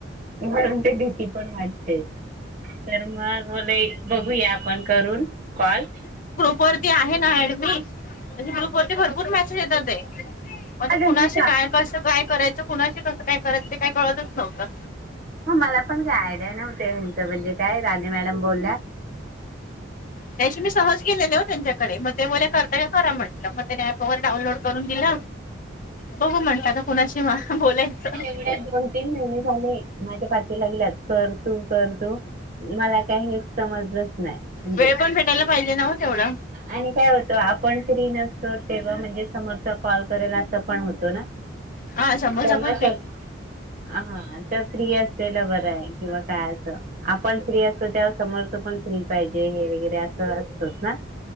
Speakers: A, on the right; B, on the left.
A: म्हणून ते भीती पण वाटते. तर मग बोले एक बघूया आपण करून कॉल.
B: गप वरती आहे ना ऐडमीन? त्या ग्रुप वरती भरपूर मॅसेज येतात ते. मग
A: हा त्यांची
B: कुणाशी
A: हा
B: काय कसं काय करायचं? कुणाशी कसं काय करायचं? ते काय कळतच नव्हतं.
A: ह. मला पण काय आयडिया नव्हत. ह्याचं म्हणजे काय राणी मॅडम बोलल्या-
B: त्याशी मी सहज गेलेले हो त्यांच्याकडे. मग ते बोलले करता का? करा म्हटलं. मग त्यानी ऍप वगैरे डाउनलोड करून दिल. बघू म्हणलं आता कुणाशी बोलायचं?
A: <unintelligible> तीन महिने झाले माझ्या पाठी लागल्यात कर. तू. कर तू. मला काही हे समजलच नाही म्हणजे-
B: वेळ पण भेटायला पाहिजे ना हो तेवढा.
A: आणि काय होतो आपण फ्री नसतो तेव्हा म्हणजे समोरचा कॉल करेल अस पण होतो ना.
B: हा सबर
A: तेव्हा
B: सबर.
A: शक हा तर फ्री असतेल बरं आहे किंवा काय असं. आपण फ्री असतो त्या समोर तो पण फ्री पाहिजे हे वगैरे असं असत ना.